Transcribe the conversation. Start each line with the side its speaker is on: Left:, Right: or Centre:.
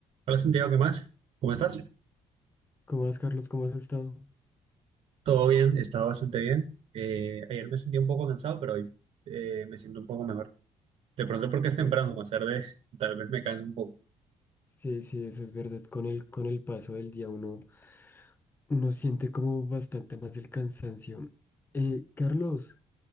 Right: Hola Santiago, ¿qué más? ¿Cómo estás?
Left: ¿Cómo vas, Carlos? ¿Cómo has estado?
Right: Todo bien, está bastante bien. Eh, ayer me sentí un poco cansado, pero hoy eh, me siento un poco mejor. De pronto porque es temprano,
Left: Eh,
Right: más tarde <laughs> tal vez me canse un poco.
Left: Sí, sí, eso es verdad. Con el, con el paso del día uno, uno siente como bastante más el cansancio. Eh, Carlos,